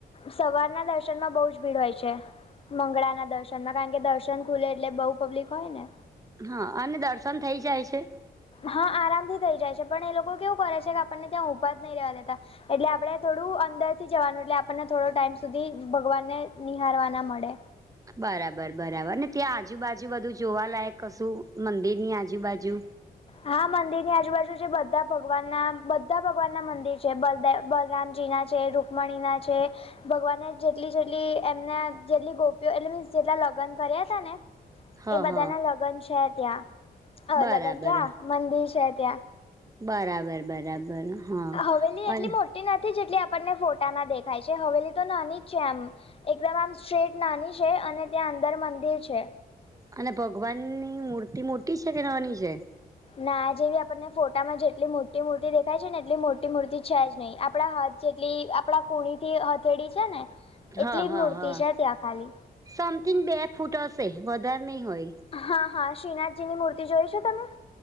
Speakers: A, on the left; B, on the right.
A: સવારના દર્શનમાં બહુ જ ભીડ હોય છે મંગળાના દર્શનમાં. કારણ કે દર્શન ખુલે એટલે બઉ પબ્લિક હોય ને.
B: હા અને દર્શન થઈ જાય છે.
A: હા આરામથી થઇ જાય છે પણ એ લોકો કેવું કરે છે કે આપણને ત્યાં ઊભા જ નહી રેવા દેતા. એટલે આપડે થોડું અંદર થી જવાનું એટલે આપણને થોડો ટાઈમ સુધી ભગવાનને નિહારવાના મડે.
B: બરાબર બરાબર ને ત્યાં આજુબાજુ બધું જોવાલાયક કશું મંદિરની આજુબાજુ.
A: હા મંદિર ની આજુબાજુ છે બધા ભગવાન ના બધા ભગવાન ના મંદિર છે બલદે બલરામજી ના છે રુકમણીના છે. ભગવાને જેટલી જેટલી એમના જેટલી ગોપીઓ એટલે મીન્સ જેટલા લગન કર્યાતા ને
B: હ
A: એ બધાના
B: હ
A: લગન છે ત્યાં અ
B: બરાબર
A: લગન ક્યાં મંદિર છે ત્યાં.
B: બરાબર બરાબર. હા
A: હવેલી એટલી
B: અને
A: મો ટી નથી જેટલી આપણને ફોટામાં દેખાય છે હવેલી તો નાની છે આમ એકદમ આમ સેજ નાની છે અને ત્યાં અંદર મંદિર છે.
B: અને ભગવાનની મૂર્તિ મોટી છે કે નાની છે?
A: ના જેવી આપણને ફોટામાં જેટલી મોટી મૂર્તિ દેખાય છે ને એટલી મોટી મૂર્તિ છે જ નહીં, આપણા હાથ જેટલી આપણા કુણીથી હથેળી છે ને
B: હા
A: એટલી જ
B: હા
A: મૂર્તિ
B: હા
A: છે ત્યાં ખાલી.
B: સમથિંગ બે ફૂટ હશે વધાર નય હોય.
A: હા હા, શ્રીનાથજીની મૂર્તિ જોઈ છે તમે?